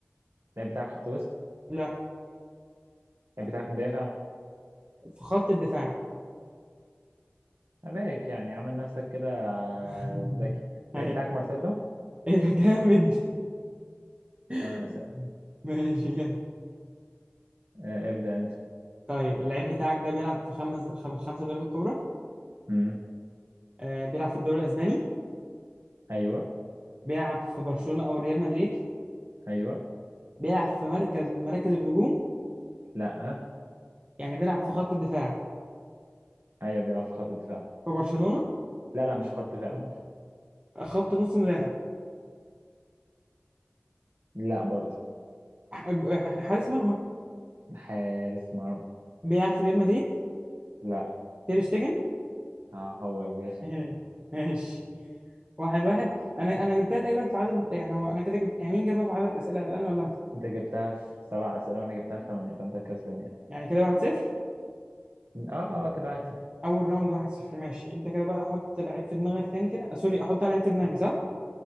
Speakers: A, on the right; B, on the right.
A: اللعيب بتاعك خط وسط؟
B: لا
A: اللعيب بتاعك مدافع؟
B: في خط الدفاع
A: أباك يعني عامل نفسك كده
B: <laughs>
A: ذكي اللعيب
B: أيوة.
A: بتاعك مارسيلو؟
B: إيه ده جامد <laughs>
A: تمام أنا سأل.
B: ماشي جامد
A: آه، ابدأ أنت
B: طيب اللعيب بتاعك ده بيلعب في خمس خ- في الخمسة دوريات الكبرى
A: امم
B: آه بيلعب في الدوري الأسباني
A: ايوه
B: بيلعب في برشلونة أو ريال مدريد
A: ايوه
B: بيلعب في مركز من مراكز الهجوم
A: لا
B: يعني بيلعب في خط الدفاع
A: ايوه بيلعب في خط الدفاع
B: في برشلونة
A: لا لا مش في خط الدفاع
B: خط نص مدافع
A: لا برضو
B: ح- حارس مرمى
A: حارس مرمى
B: بيلعب في ريال مدريد
A: لا
B: تير شتيجن
A: آه هو الباشا
B: <laughs> ماشي واحد واحد انا انا جبتها تقريبا في عدد يعني هو انا كده جبت يعني مين جابها في عدد اسئله الان ولا انت
A: انت جبتها في سبع اسئله وانا جبتها في ثمانيه فانت كسبان يعني
B: يعني كده واحد صفر
A: اه اه آه، كده واحد صفر
B: اول راوند واحد صفر ماشي انت كده بقى احط لعيب في دماغك تاني كده آه، سوري احط انا لعيب في دماغي صح